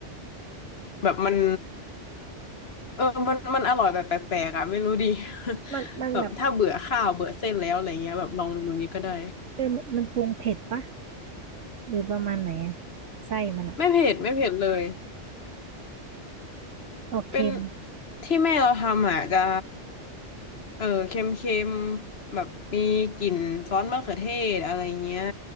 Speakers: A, on the left; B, on the right.
A: แบบมันเออมันมันอร่อยแบบแปลกๆอ่ะไม่รู้ดี <laughs>
B: มันมันแบบ
A: แบบถ้าเบื่อข้าวเบื่อเส้นแล้วอะไรเงี้ยแบบลองเมนูนี้ก็ได้
B: เออมันมันปรุงเผ็ดปะหรือประมาณไหนอ่ะไส้มันอ่ะ
A: ไม่เผ็ดไม่เผ็ดเลย
B: ออกเค็ม
A: เป็นที่แม่เราทำอ่ะจะเออเค็มเค็มแบบมีกลิ่นซอสมะเขือเทศอะไรเงี้ย